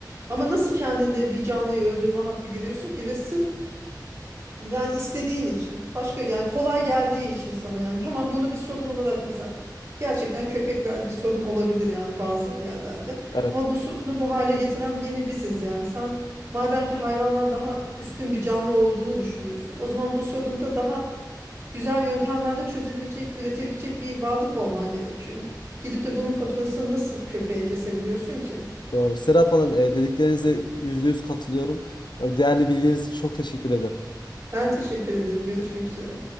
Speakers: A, on the right (about 35°); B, on the left (about 80°).
A: Ama nasıl kendinde bir canlıyı öldürme hakkı görüyorsun ki ve sırf Yani istediğin için. Başka yani kolay geldiği için sana yani. Tamam bunu bir sorun olarak mesela gerçekten köpekler bir sorun olabilir yani bazı yerlerde.
B: Evet,
A: Ama bu sorunu bu hale getiren gene biziz yani. Sen madem ki hayvandan daha üstün bir canlı olduğunu düşünüyorsun. O zaman bu sorunu da daha güzel yöntemlerle çözebilecek, üretebilecek bir varlık olman gerekiyor. Gidip de bunun faturasını nasıl köpeğe kesebiliyorsun ki?
B: doğru. Serap Hanım e, dediklerinize yüzde yüz katılıyorum. E, Değerli bilginiz için çok teşekkür ederim.
A: Ben teşekkür ederim. Görüşmek üzere.